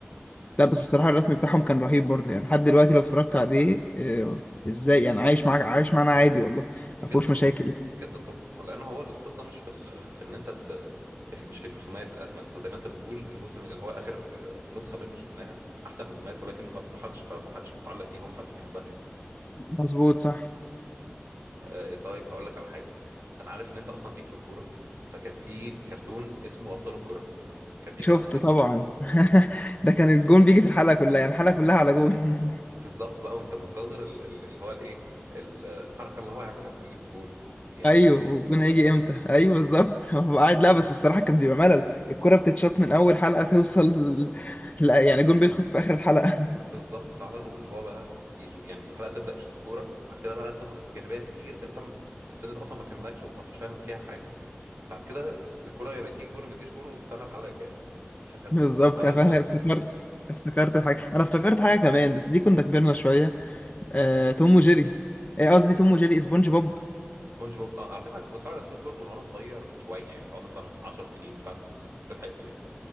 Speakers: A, on the right; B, on the left.
A: فاهمني
B: لا بس الصراحة الرسم بتاعهم كان رهيب برضه يعني لحد دلوقتي لو اتفرجت عليه آه، ازاي يعني عايش معاك عايش معانا عادي والله
A: جدا
B: ما فيهوش مشاكل
A: طبعا جدا طبعا هو لان هو القصه مش في ال... في ان انت ت... في مش في الرسومات آه، ما انت زي ما انت بتقول الموسم اللي هو اخر نسخه منه شفناها احسن رسومات ولكن ما بتضحكش فمحدش متعلق بيها ومحدش بيحبها يعني
B: مظبوط صح
A: آه، طيب هقول لك على حاجه انا عارف ان انت اصلا ليك في الكوره فكان في كرتون اسمه ابطال الكوره كان بيجي
B: شفت
A: على سبيس
B: طبعا
A: تون
B: <laughs> ده كان الجون بيجي في الحلقة كلها يعني الحلقة كلها على جون <laughs>
A: بالظبط بقى وانت منتظر ال... ال- اللي هو الايه ال- الحركه اللي هو هيعملها قبل ما يجيب الجون يعني
B: ايوه والجون هيجي امتى ايوه بالظبط <laughs> هو قاعد لا بس الصراحة كان بيبقى ملل الكرة بتتشاط من اول حلقة توصل <laughs> لا يعني الجون بيدخل في اخر الحلقة <laughs>
A: بالظبط فعلا واللي هو بقى يشو يعني الحلقه تبدا يشوط الكوره بعد كده بقى قصص جانبيه كتير انت م- في السن ده اصلا ما تهمكش وما مش فاهم فيها حاجه بعد كده الكوره يا تيجي جون يا ما تجيش جون وتستنى الحلقه الجايه فكانت
B: بالظبط
A: قصه ملل
B: أنا فاهم
A: بس
B: افتكرت افتكرت الحاجة انا افتكرت حاجة كمان بس دي كنا كبرنا شوية آه، توم وجيري آه، قصدي توم وجيري سبونج بوب
A: سبونج بوب اه على فكره انا بتفرج على سبونج بوب من وانا صغير شويه يعني اللي هو مثلا 10 سنين بتاع كنت كنت لحقته يعني